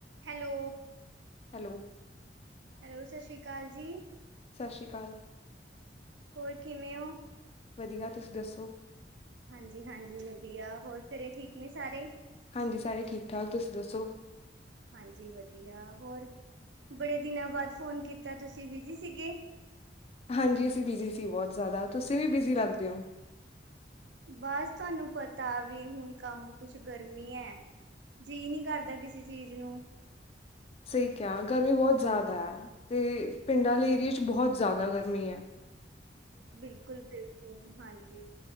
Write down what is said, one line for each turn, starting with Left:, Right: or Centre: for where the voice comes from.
Right: Hello,
Left: hello,
Right: hello, ਸਤਿ ਸ਼੍ਰੀ ਅਕਾਲ ਜੀ।
Left: ਸਤਿ ਸ਼੍ਰੀ ਅਕਾਲ।
Right: ਹੋਰ ਕਿਵੇਂ ਹੋ?
Left: ਵਧੀਆ, ਤੁਸੀਂ ਦੱਸੋ।
Right: ਹਾਂਜੀ- ਹਾਂਜੀ ਵਧੀਆ ਹੋਰ ਘਰੇ ਠੀਕ ਨੇ ਸਾਰੇ
Left: ਹਾਂਜੀ। ਸਾਰੇ ਠੀਕ- ਠਾਕ ਤੁਸੀਂ ਦੱਸੋ।
Right: ਹਾਂਜੀ। ਵਧੀਆ, ਹੋਰ ਬੜੇ ਦਿਨਾਂ ਬਾਅਦ ਫੋਨ ਕੀਤਾ। ਤੁਸੀਂ ਬਿਜੀ ਸੀਗੇ।
Left: ਹਾਂਜੀ। ਅਸੀਂ ਬਿਜ਼ੀ ਸੀ। ਬਹੁਤ ਜ਼ਿਆਦਾ, ਤੁਸੀਂ ਵੀ ਬਿਜ਼ੀ ਰੱਖਦੇ ਹੋ।
Right: ਬਸ ਤੁਹਾਨੂੰ ਪਤਾ ਵੀ ਹੁਣ ਕੰਮ ਕੁਛ ਗਰਮੀ ਹੈ। ਜੀਅ ਨਹੀਂ ਕਰਦਾ ਕਿਸੇ ਚੀਜ਼ ਨੂੰ
Left: ਸਹੀ ਕਿਆ। ਗਰਮੀ ਬਹੁਤ ਜ਼ਿਆਦਾ ਹੈ। ਤੇ ਪਿੰਡਾਂ ਵਾਲੇ ਏਰੀਏ ' ਬਹੁਤ ਜ਼ਿਆਦਾ ਗ ਮੀਆਂ
Right: ਬਿਲਕੁਲ- ਬਿਲਕੁਲ ਹਾਂਜੀ।